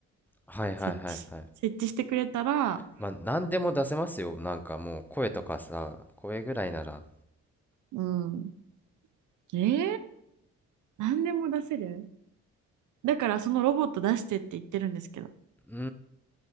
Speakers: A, in the centre; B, on the right.
A: はいはいはいはい。
B: 設置し、設置してくれたら、
A: まあ、何でも出せますよ。なんかもう、声とかさ、声ぐらいなら。
B: うん。えー、何でも出せるだからそのロボット出してって言ってるんですけど、
A: うー